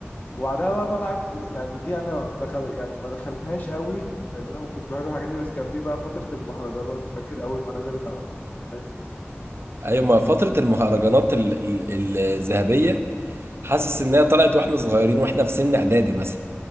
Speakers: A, on the left; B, on the right.
A: وبعدها بقى طلعت يعني دي انا دخل يعني ما دخلتهاش قوي لان انا ما كنتش بحب الحاجات دي بس كان في بقى فترة المهرجانات فاكر اول ما نزلت على التليفونات
B: أيوة ما فترة المهرجانات ال- ال- الذهبية حاسس إنها طلعت وإحنا صغيرين وإحنا في سن إعدادي مثلا